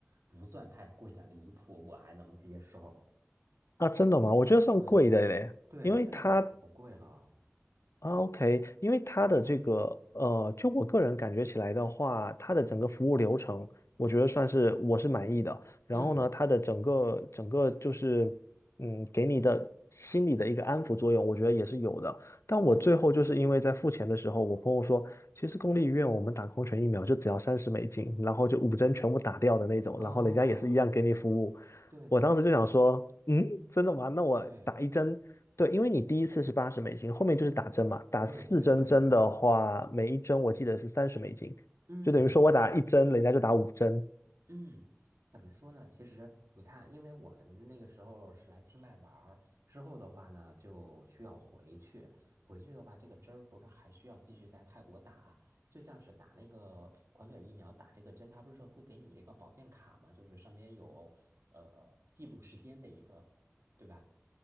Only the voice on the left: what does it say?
啊，真的吗？我觉得算贵的嘞，
因为它
啊，OK，因为它的这个呃，就我个人感觉起来的话，它的整个服务流程，我觉得算是我是满意的。然后呢，
它的整个整个就是，嗯，给你的心理的一个安抚作用，我觉得也是有的。但我最后就是因为在付钱的时候，
我朋友说，其实公立医院我们打狂犬疫苗就只要三十美金，然后就五针全部打掉的那种，
然后人家也是一样给你服务。
我当时就想说，嗯，真的吗？那我打一针。
对，因为你第一次是八十美金，后面就是打针嘛。打四针针的话，
每一针我记得是三十美金，
就等于说我打一针，人家就打五针。